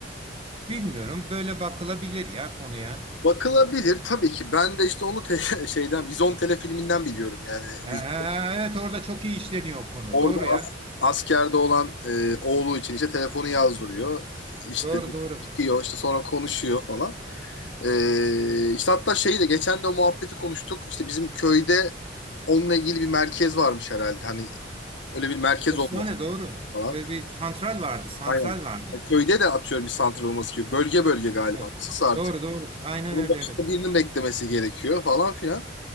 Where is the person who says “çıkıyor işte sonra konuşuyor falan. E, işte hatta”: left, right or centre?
Left